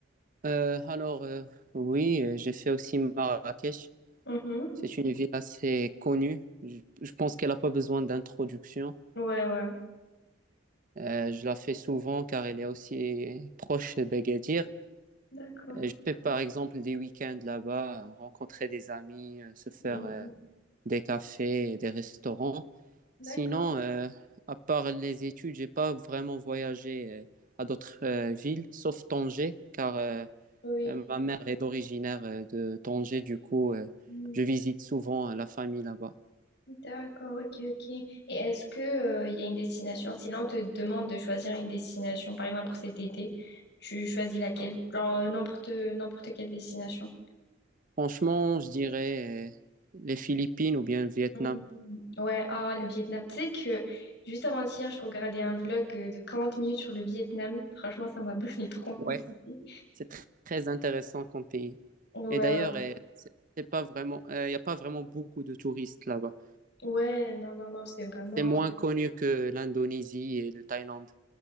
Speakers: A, on the right; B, on the left.
A: Euh, alors, euh, oui, euh, j'ai fait aussi Marrakech.
B: Mhm.
A: C'est une ville assez connue. Je, je pense qu'elle n'a pas besoin d'introduction.
B: Ouais, ouais.
A: Euh, je la fais souvent car elle est aussi proche d'Agadir.
B: D'accord.
A: Euh, Je fais par exemple des week-ends là-bas, euh, rencontrer des amis, euh, se faire
B: Mhm.
A: euh, des cafés et des restaurants. Sinon,
B: D'accord.
A: euh, à part les études, j'ai pas vraiment voyagé euh, à d'autres euh, villes, sauf Tanger, car euh,
B: Oui.
A: euh, ma mère est originaire euh, de Tanger, du coup, euh,
B: Mm.
A: je visite souvent euh, la famille là-bas.
B: D'accord, ok, ok. Et est-ce que, euh, il y a une destination? Si là, on te demande de choisir une destination, par exemple pour cet été, tu choisis laquelle? Genre, euh, n'importe, n'importe quelle destination.
A: Franchement, je dirais euh, les Philippines ou bien le Vietnam.
B: Mm. Ouais, ah, le Vietnam. Tu sais que juste avant-hier, je regardais un vlog euh, de 40 minutes sur le Vietnam. Franchement, ça m'a donné <laughs> trop envie
A: Ouais,
B: d'y aller.
A: c'est tr- très intéressant comme pays.
B: Ouais,
A: Et d'ailleurs, euh, c'est pas vraiment, il n'y a pas vraiment beaucoup de touristes là-bas.
B: ouais, non, non, non, c'est vraiment...
A: C'est moins connu que l'Indonésie et le Thaïlande.